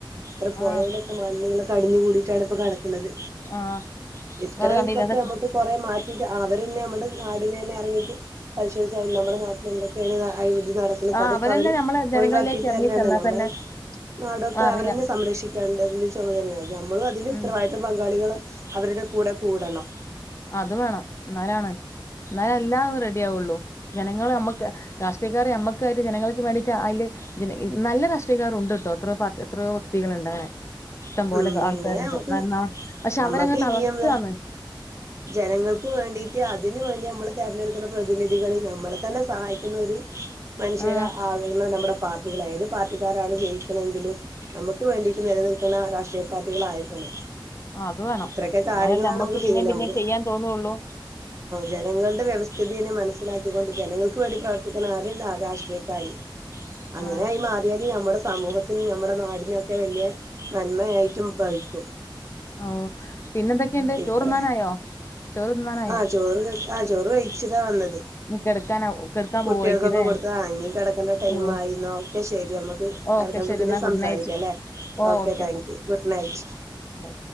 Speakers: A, on the right; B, on the left.
A: ഇവിടെ പുഴേലൊക്കെ
B: ആഹ്
A: നല്ല അടിഞ്ഞു കൂടിട്ടാണ് ഇപ്പ കിടക്ക ണത്
B: ആഹ്
A: ഇത്ര
B: അത് കണ്ടില്ല
A: ദീവസക്കെ
B: അതൊക്കെ
A: നമ്മുക്ക് കൊറേ മാറ്റ അവരന്നെ നമ്മുടെ നാടിനെന്നെ ഇറങ്ങിയിട്ട് പരിശോധിച്ചാ നമ്മുടെ നാട്ടിൽ എന്തൊക്കെയാണ് നടക്കണത്
B: ആ
A: അതൊക്കെ
B: അവരന്നെ
A: അവര്
B: നമ്മളെ ജനങ്ങളിലേക്ക്
A: ഒഴിവാക്കിട്ട്
B: ഇറങ്ങി
A: തന്നാണ്
B: ചെന്നാൽ
A: നമ്മള
B: തന്നെ
A: നാടൊക്കെ
B: ആ, അറിയാം
A: അവരെന്നെ സംരക്ഷിക്കേണ്ടതിന്റെ ചുമതലയാണ് ഞമ്മളും അതില്
B: ഉം
A: ഉത്തരവാദിത്ത പങ്കാളികളും അവരുടെ കൂടെ കൂടണം
B: അത് വേണം എന്നാലാണ് എന്നാല് എല്ലാം റെഡി ആവുള്ളൂ ജനങ്ങൾ നമ്മക്ക് രാഷ്ട്രീയക്കാര് നമ്മക്കായിട്ട് ജനങ്ങൾക്ക് വേണ്ടിട്ട് അതില് നല്ല രാഷ്ട്രീയക്കാർ ഉണ്ട് കേട്ടോ എത്രയോ വ്യക്തികളുണ്ട് അങ്ങനെ ഇഷ്ടം പോലെ
A: ഉം
B: ആൾക്കാരുണ്ട്
A: ഇങ്ങനെ നമുക്ക്
B: നന്മ പക്ഷെ
A: നമ്മക്ക്
B: അവരങ്ങ് തളർത്താണ്
A: ഇനിയും ജനങ്ങൾക്ക് വേണ്ടീട്ട് അതിന് വേണ്ടി നമ്മള് തിരഞ്ഞെടുക്കുന്ന പ്രതിനിധികൾ നമ്മളെ തന്നെ സഹായിക്കുന്ന ഒരു മനുഷ്യരെ
B: ആ
A: ആവണം നമ്മുടെ പാർ ഏത് പാർട്ടിക്കാരാണ് ജയിക്കണമെങ്കിലും നമുക്ക് വേണ്ടീട്ട് നിലനിൽ ക്കണ രാഷ്ട്രീയ പാർട്ടികളായിരിക്കണം
B: ആ, അത് വേണം
A: ഇത്രൊക്കെ കാര്യങ്ങളാണ്
B: എന്നാലല്ലേ നമ്മക്ക്
A: നമുക്ക്
B: പിന്നേം
A: ചെയ്യേണ്ട
B: പിന്നേം
A: നമുക്ക്
B: ചെയ്യാൻ തോന്നുള്ളൂ
A: ജനങ്ങളുടെ വ്യവസ്ഥിതിനെ മനസി മനസ്സിലാക്കിക്കൊണ്ട് ജനങ്ങൾക്ക് വേണ്ടി പ്രവർത്തിക്കുന്ന ആ രാഷ്ട്രീയക്കാര് അങ്ങനായി
B: ആ
A: മാറിയാല് നമ്മള് സമൂഹത്തിനും നമ്മുടെ നാടിനൊക്കെ വലിയ നന്മയായിട്ടും ഭവിക്കും.
B: ഓ പിന്നെന്തൊക്കെയുണ്ട് ചോറ്
A: ഇത്ര
B: തിന്നാനായോ ചോറ് തിന്നാനായോ?
A: ആ ചോറ് ആ ചോറ് വൈച്ചു താ വന്നത്.
B: ഇനി കിടക്കാനാ കിടക്കാൻ
A: കുട്ടികൾക്കൊക്കെ
B: പോവായിരിക്കുംല്ലേ
A: കൊടുത്ത് ആങ്ങി കിടക്കണ്ട ടൈം
B: ഓ
A: ആയി ന്ന ഓക്കെ ശെരി നമ്മക്ക്
B: ഓക്കെ ശരി
A: പിന്നെ
B: എന്നാ
A: സംസാരിക്കാംല്ലേ?
B: ഗുഡ് നൈറ്റ് ഓ okay
A: K thank you good night.
B: എന്നാ